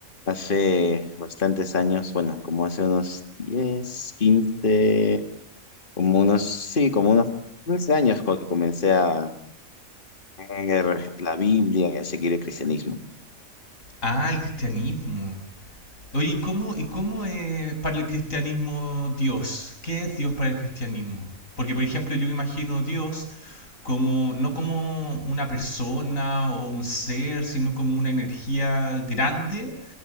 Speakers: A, on the left; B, on the left.
A: hace bastantes años, bueno, como hace unos 10, 15, como unos, sí, como unos 15 años cuando que comencé a leer la Biblia y a seguir el cristianismo.
B: Ah, el cristianismo. Oye, ¿y cómo, y cómo es para el cristianismo Dios? ¿Qué es Dios para el cristianismo? Porque, por ejemplo, yo me imagino Dios como, no como una persona o un ser, sino como una energía grande